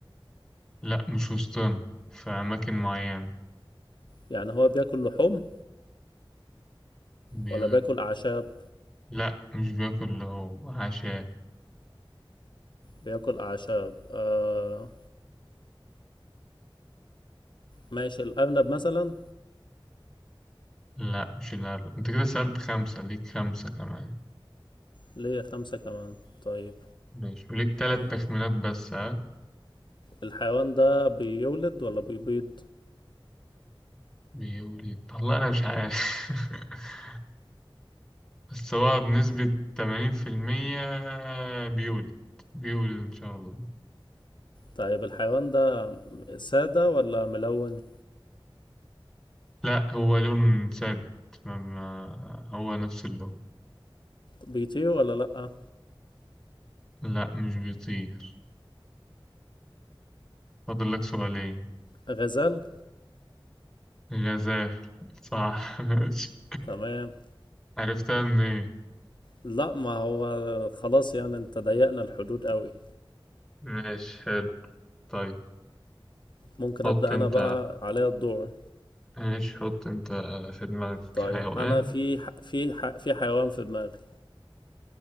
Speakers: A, in the centre; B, on the left (about 60°).
A: لا مش وسطنا في أماكن معينة
B: يعني هو بياكل لحوم
A: بي...
B: ولا بياكل أعشاب
A: لا مش بياكل هو عشاء
B: بياكل أعشاب آه ماشي الأرنب مثلا
A: لا مش الأرض انت كده سألت خمسة ليك خمسة كمان
B: ليه خمسة كمان طيب
A: ماشي وليك تلات
B: مم.
A: تخمينات بس ها
B: الحيوان ده بيولد ولا بيبيض
A: بيقول ايه؟ والله أنا مش عارف <laughs> بس هو بنسبة تمانين في المية بيولد بيولد إن شاء الله
B: طيب الحيوان ده سادة ولا ملون
A: لا هو لون ثابت ما ما هو نفس اللون
B: بيطير ولا لأ
A: لا مش بيطير فاضل لك سؤالين
B: غزال
A: جزاف صح <laughs> ماشي
B: تمام
A: عرفتها من ايه
B: لا ما هو خلاص يعني انت ضيقنا الحدود قوي
A: ماشي حلو طيب
B: ممكن
A: حط
B: ابدا
A: انت
B: انا بقى عليا الدور
A: ماشي حط انت في دماغك
B: طيب
A: حيوان
B: انا في ح... في ح... في حيوان في دماغي